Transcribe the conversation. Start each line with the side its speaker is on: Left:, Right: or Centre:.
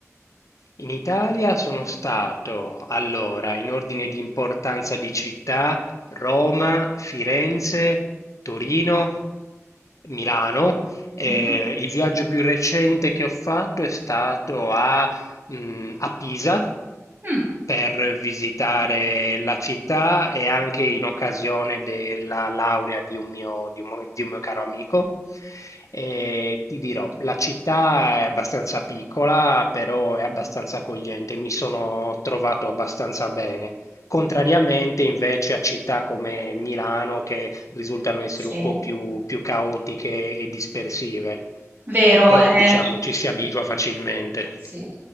Left: In Italia sono stato, allora, in ordine di importanza di città, Roma, Firenze, Torino, Milano. Eh,
Right: Mhm.
Left: il viaggio più recente che ho fatto è stato a mh, a Pisa
Right: Mm,
Left: per visitare la città e anche in occasione della laurea di un mio, di un mo- di un mio caro amico. E ti dirò, la città è abbastanza piccola, però è abbastanza accogliente, mi sono trovato abbastanza bene. Contrariamente invece a città come Milano, che risultano essere
Right: sì.
Left: un po' più, più caotiche e dispersive,
Right: Vero,
Left: però
Right: ehm
Left: diciamo ci si abitua facilmente.
Right: Sì.